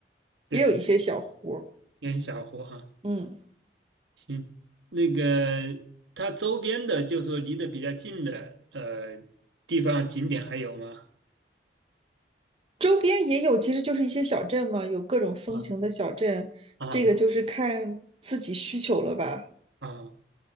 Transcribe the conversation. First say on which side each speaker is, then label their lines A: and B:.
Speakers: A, on the right; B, on the right.
A: 对，
B: 也有一些小湖儿
A: 有有小湖哈、
B: 嗯。
A: 行，那个它周边的，就是说离得比较近的呃地方景点还有吗？
B: 周边也有，其实就是一些小镇嘛，有各种风情的小镇，
A: 啊啊
B: 这个就是看自己需求了吧。
A: 啊，